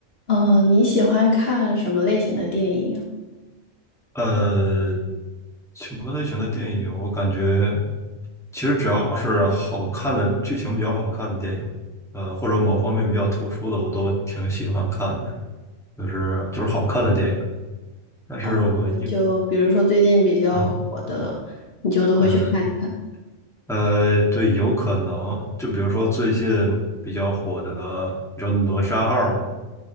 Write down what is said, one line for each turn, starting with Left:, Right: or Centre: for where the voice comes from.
Left: 嗯，你喜欢看什么类型的电影啊？
Centre: 呃，什么类型的电影？我感觉其实只要是好看的剧情比较好看的电影，呃，或者某方面比较突出的，我都挺喜欢看的，就是就是好看的电影。但是我一
Left: 哦，呃就比如说最近比较火的，
Centre: 嗯
Left: 你就都会去看一看。
Centre: 嗯呃，呃对，有可能就比如说最近比较火的，你知道《哪吒二》吗？